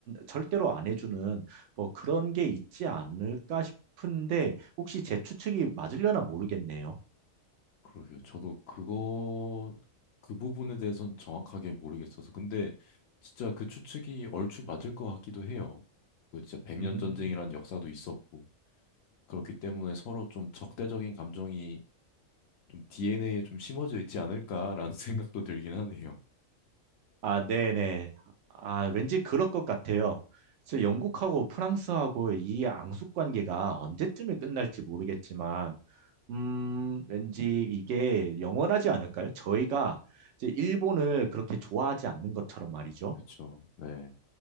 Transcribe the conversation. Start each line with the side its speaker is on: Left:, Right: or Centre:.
Right: 절대로 안 해주는 뭐 그런 게 있지 않을까 싶은데 혹시 제 추측이 맞으려나 모르겠네요.
Left: 그러게요. 저도 그거, 그 부분에 대해서는 정확하게 모르겠어서. 근데 진짜 그 추측이 얼추 맞을 것 같기도 해요. 그 진짜 백년
Right: 음,
Left: 전쟁이란 역사도 있었고, 그렇기 때문에 서로 좀 적대적인 감정이 좀 DNA에 좀 심어져 있지 않을까라는 <laughs> 생각도 들긴 하네요.
Right: 아, 네네. 아, 왠지 그럴 것 같아요. 그래서 영국하고 프랑스하고 이 앙숙 관계가 언제쯤에 끝날지 모르겠지만 음, 왠지 이게 영원하지 않을까요? 저희가 이제 일본을 그렇게 좋아하지 않는 것처럼 말이죠.
Left: 그쵸. 네.